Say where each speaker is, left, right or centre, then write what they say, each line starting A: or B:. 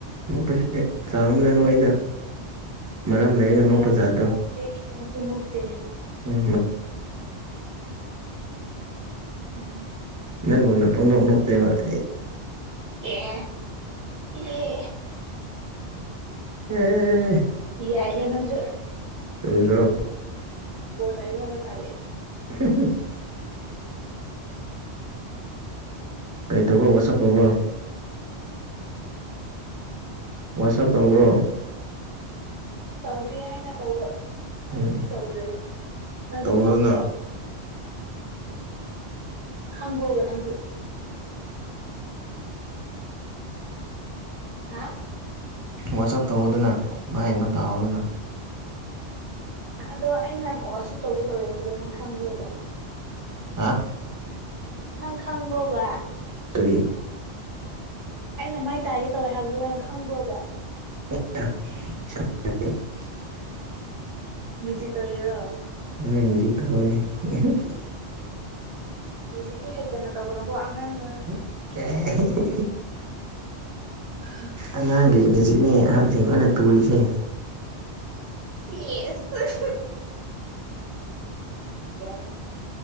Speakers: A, on the right; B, on the right.
A: ꯅꯣꯛꯄꯁꯦ ꯆꯥꯡ ꯑꯃꯗ ꯅꯣꯛꯏꯗ ꯃꯔꯝ ꯂꯩꯔꯒ ꯅꯣꯛꯄ
B: ꯌꯥꯝꯅꯁꯨ
A: ꯖꯥꯠꯇꯣ
B: ꯅꯣꯛꯇꯦ ꯈꯤꯇꯪꯁꯨ ꯅꯣꯛꯇꯦ
A: ꯎꯝ ꯃ
B: ꯎꯝ
A: ꯅꯪꯒꯨꯝꯅ ꯄꯛꯅꯣꯛ ꯅꯣꯛꯇꯦꯕ <unintelligible>
B: ꯑꯦ ꯑꯦ ꯑꯦ ꯑꯦ ꯑꯦ ꯑꯦ
A: ꯍꯦꯍꯦꯍꯦ
B: ꯌꯥꯏꯍꯦ ꯅꯪꯁꯨ
A: ꯆꯨꯝꯗ꯭ꯔꯣ
B: ꯀꯣꯟꯅ ꯑꯩꯉꯣꯟꯗ ꯇꯥꯔꯛꯑꯦ
A: <unintelligible> ꯀꯩ ꯇꯧꯕ꯭ꯔ ꯋꯥꯆꯞ ꯇꯧꯕ꯭ꯔꯣ
B: <unintelligible>
A: ꯋꯥꯆꯞ ꯇꯧꯕ꯭ꯔꯣ
B: ꯇꯧꯒꯦ ꯍꯥꯏꯅ ꯇꯧꯕ ꯇꯧꯕꯗꯤ
A: ꯎꯝ
B: ꯇꯧꯗ꯭ꯔꯤꯕ ꯅꯪꯁꯨ
A: ꯇꯧꯑꯣꯗꯅ
B: ꯈꯪꯕ꯭ꯔꯣ ꯈꯪꯕ꯭ꯔꯣꯕ ꯅꯪꯁꯨ ꯍꯥ
A: ꯋꯥꯆꯞ ꯇꯧꯑꯣꯗꯅ ꯃꯥꯏ ꯑꯃ ꯇꯥꯎꯗꯅ
B: ꯑꯗꯣ ꯑꯩꯅ ꯑꯃꯨꯛꯑꯁꯨ ꯇꯧꯒꯜꯗꯤ ꯇꯧꯑꯦ ꯑꯗꯣ ꯅꯪ ꯈꯪꯕ꯭ꯔꯣꯕ
A: ꯍꯥꯥ
B: ꯅꯪ ꯈꯪꯕ꯭ꯔꯣꯕ
A: ꯀꯔꯤ
B: ꯑꯩꯅ ꯃꯥꯏ ꯇꯥꯒꯦ ꯇꯧꯋꯦ ꯍꯥꯏꯕꯗꯨ ꯅꯪ ꯈꯪꯕ꯭ꯔꯣꯕ
A: <unintelligible>
B: ꯃꯦꯖꯤꯛ ꯇꯧꯔꯤꯔꯣ
A: ꯍꯣꯏ ꯃꯦꯖꯤꯛ ꯇꯧꯕꯅꯤ <unintelligible>
B: ꯃꯦꯖꯤꯛꯇꯤ ꯍꯩꯇꯅ ꯇꯧꯒꯅꯨꯀꯣ ꯑꯉꯥꯡꯅ
A: ꯑꯦ <unintelligible>
B: <inaudible>
A: ꯑꯉꯥꯡꯒꯤ ꯃꯦꯖꯤꯛꯅꯦ ꯑꯍꯟꯁꯤꯡꯣꯏꯅ ꯇꯨꯔꯤꯁꯦ <unintelligible>
B: ꯌꯦꯁ ꯌꯥꯏ